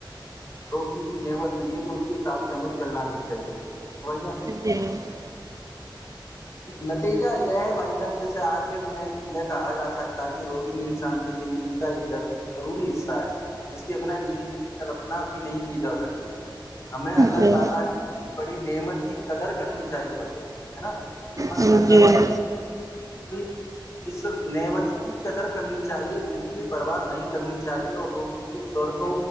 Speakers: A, on the left (about 35°); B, on the right (about 45°).
A: روشنی کی نعمت دی ہے تو اس کے حساب سے ہمیں چلنا بھی چاہیے بھیا <unintelligible>
B: جی <inaudible>
A: نتیجہ یہ ہے بھائی جان جیسے آخر میں یہ کہا جا سکتا ہے کہ روشنی انسان کی زندگی ایک ضروری حصہ ہے اس کے بنا زندگی کی کلپنا بھی نہیں کی جا سکتی <unintelligible> <unintelligible>
B: جی
A: <unintelligible>
B: جی جی
A: اس نعمت کی قدر کرنی چاہیے بجلی برباد نہیں کرنی چاہیے اور روشنی کے سوور کو